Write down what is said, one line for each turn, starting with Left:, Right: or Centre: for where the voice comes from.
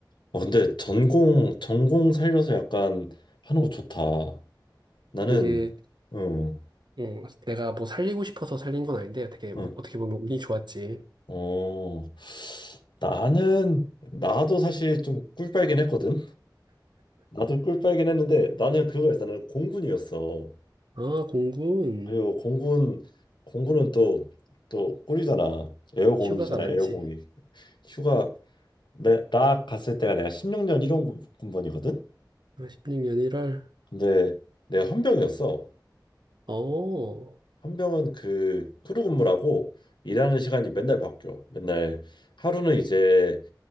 Left: 어, 근데 전공, 전공 살려서 약간 하는 거 좋다. 나는,
Right: 이게
Left: 응,
Right: 어, 내가 뭐 살리고 싶어서 살린 건 아닌데 되게 우-
Left: 응,
Right: 어떻게 보면 운이 좋았지.
Left: 어, 나는, 나도 사실 좀 꿀빨긴 했거든? 나도 꿀빨긴 했는데, 나는 그거였어. 나는 공군이었어.
Right: 아, 공군.
Left: 그리고 공군, 공군은 또, 또 꿀이잖아. 에어공이잖아,
Right: 휴가가 많지.
Left: 에어공이. 휴가 내, 나 갔을 때가 내가 16년 1원 군번이거든.
Right: 16년 1월.
Left: 근데 내가 헌병이었어.
Right: 어,
Left: 헌병은 그 크루 근무라고 일하는 시간이 맨날 바뀌어. 맨날 하루는 이제